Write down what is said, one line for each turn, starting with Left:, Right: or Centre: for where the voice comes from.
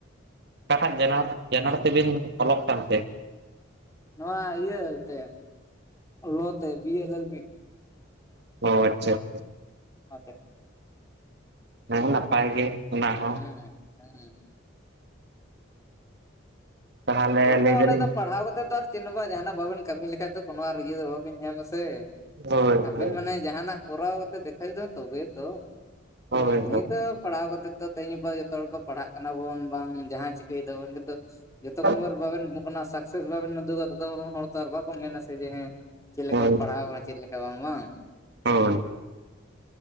Right: ᱚᱠᱟᱴᱟᱜ ᱡᱮᱱᱟᱨ- ᱡᱮᱱᱟᱨ ᱛᱮᱵᱤᱱ ᱚᱞᱚᱜ ᱠᱟᱱᱛᱮ?
Left: ᱱᱚᱣᱟ ᱤᱭᱟᱹ ᱛᱮ ᱞᱚ ᱛᱮ ᱵᱤᱭᱮ ᱞᱮᱞ ᱵᱤ᱾
Right: ᱚ, ᱟᱪᱪᱷᱟ, ᱟᱪᱪᱷᱟ᱾
Left: <unintelligible>
Right: ᱦᱮ ᱱᱟᱯᱟᱭ ᱜᱮ᱾ ᱚᱱᱟ ᱦᱚᱸ
Left: ᱦᱮᱸ, ᱦᱮᱸ᱾
Right: ᱛᱟᱦᱚᱞᱮ
Left: ᱛᱚᱵᱮ
Right: ᱞᱟᱹᱭ
Left: ᱚᱱᱮ
Right: ᱫᱟᱞᱤᱧ
Left: ᱫᱚ ᱯᱟᱲᱦᱟᱣ ᱠᱟᱛᱮ ᱟᱨ ᱪᱮᱫ ᱦᱚ ᱵᱟ ᱡᱟᱦᱟᱱᱟᱜ ᱵᱟᱵᱮᱱ ᱠᱟᱹᱢᱤ ᱞᱮᱠᱷᱟᱡ ᱠᱳᱱᱳ ᱟᱨ ᱤᱭᱟᱹ ᱫᱚ ᱵᱟᱵᱤᱱ ᱧᱟᱢ ᱟᱥᱮ᱾
Right: ᱦᱳᱭ
Left: ᱟᱵᱮᱱ
Right: ᱦᱳᱭ
Left: ᱢᱟᱱᱮ ᱡᱟᱦᱟᱱᱟᱜ ᱠᱚᱨᱟᱣ ᱠᱟᱛᱮ ᱫᱮᱠᱷᱟᱭ <unintelligible> ᱫᱚ ᱛᱚᱵᱮ ᱛᱚ,
Right: ᱦᱳᱭ
Left: ᱮᱢᱱᱤ ᱫᱚ ᱯᱟᱲᱦᱟᱣ ᱠᱟᱛᱮ ᱛᱮᱦᱤᱧ ᱜᱟᱯᱟ ᱫᱚ ᱡᱚᱛᱚ ᱦᱚᱲ ᱠᱚ ᱯᱟᱲᱦᱟᱜ ᱠᱟᱱᱟ ᱵᱚᱱ ᱵᱟᱝ ᱡᱟᱦᱟᱸ ᱪᱤᱠᱟᱹᱭ ᱫᱟᱵᱚᱱ ᱠᱤᱱᱛᱩ ᱛᱚᱠᱷᱚᱱ
Right: ᱦᱳᱭ
Left: ᱵᱷᱳᱨ ᱵᱟᱵᱮᱱ ᱥᱟᱠᱥᱮᱥ ᱵᱟᱵᱮᱱ ᱩᱫᱩᱜᱟ ᱛᱚ ᱦᱚᱲ ᱛᱚ ᱟᱨ ᱵᱟᱠᱚ ᱢᱮᱱᱟ ᱥᱮ ᱦᱮᱸ ᱪᱮᱫ ᱞᱮᱠᱟᱢ
Right: ᱦᱳᱭ
Left: ᱯᱟᱲᱦᱟᱣ ᱟᱠᱟᱱᱟ ᱪᱮᱫ ᱞᱮᱠᱟ ᱵᱟᱝ ᱵᱟᱝ?
Right: ᱦᱳᱭ᱾